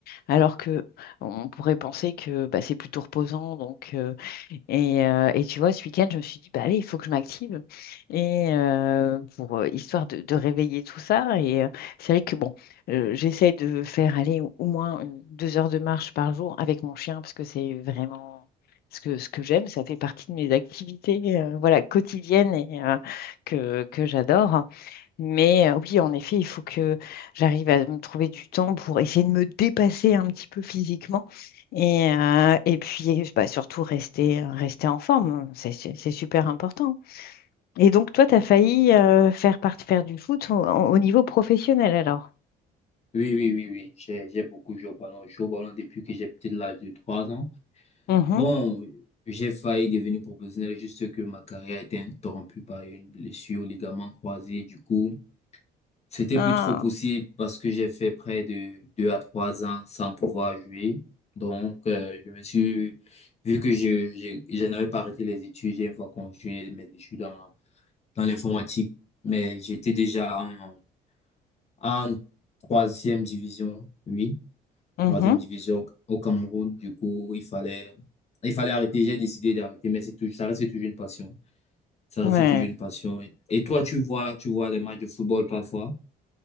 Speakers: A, on the left (about 65°); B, on the left (about 40°).
A: alors que on pourrait penser que bah, c'est plutôt reposant, donc. euh, et, euh, et tu vois, ce week-end, je me suis dit, bah allez, il faut que je m'active. Et euh, pour euh, histoire de, de réveiller tout ça. Et euh, c'est vrai que bon, euh, j'essaie de faire aller au au moins une- deux heures de marche par jour avec mon chien, parce que c'est vraiment ce que, ce que j'aime. Ça fait partie de mes activités euh, voilà, quotidiennes et euh, que, que j'adore. Mais euh, oui, en effet, il faut que j'arrive à me trouver du temps pour essayer de me dépasser un petit peu physiquement et, euh, et puis bah, surtout rester, rester en forme. C'est c'est- c'est super important. Et donc, toi, tu as failli euh, faire, part, faire du foot au, au niveau professionnel alors?
B: Oui, oui, oui, oui, j'ai, j'ai beaucoup joué au ballon. Je joue au ballon depuis que j'ai peut-être l'âge de 3 ans.
A: Mhm.
B: Bon, j'ai failli devenir professionnel, juste que ma carrière a été interrompue par une blessure au ligament croisé, du coup. C'était
A: Ah,
B: plus trop possible parce que j'ai fait près de deux à trois ans sans pouvoir jouer. Donc, euh, je me suis, vu que je, je, je n'avais pas arrêté les études, j'ai une fois continué mes études dans, dans l'informatique. Mais j'étais déjà en, en troisième division, oui,
A: mhm.
B: troisième division au Cameroun. Du coup, il fallait, il fallait arrêter. J'ai décidé d'arrêter, mais c'est tout, ça reste toujours une passion. Ça
A: Ouais.
B: reste toujours une passion. Et toi, tu vois, tu vois les matchs de football parfois?